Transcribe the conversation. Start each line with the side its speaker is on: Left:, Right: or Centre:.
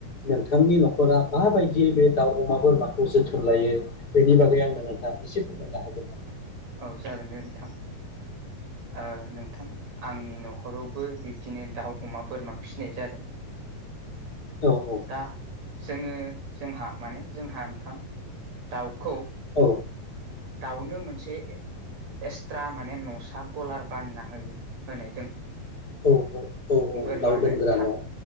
Left: नोंथांनि न'खरा माबायदियै बे दाउ अमा बोरमाखौ जोथो लायो बेनि बागै आंनो नोंथाङा एसे फोरमायनो हागोन नामा?
Right: औ जागोन दे नोंथां ओ नोंथां आंनि न'खरावबो बिब्दिनो दाउ अमा बोरमा फिसिनाय जादों।
Left: <inaudible> औ औ
Right: दा जोङो जोंहा माने जोंहा नोंथां दाउ खौ
Left: औ
Right: दाउनो मोनसे एक्सट्रा माने न'सा कलार बानायना होयो होनाय दों
Left: औ औ
Right: बोरमानो
Left: दाउ दोनग्रा
Right: थाब
Left: न' औ